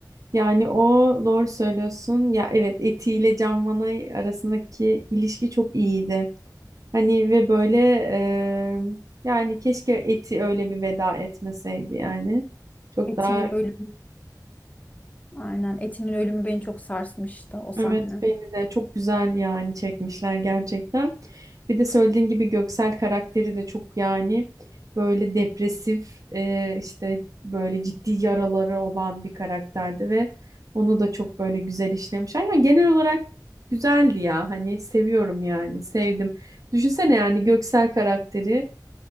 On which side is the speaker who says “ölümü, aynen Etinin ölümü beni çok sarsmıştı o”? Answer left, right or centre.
Left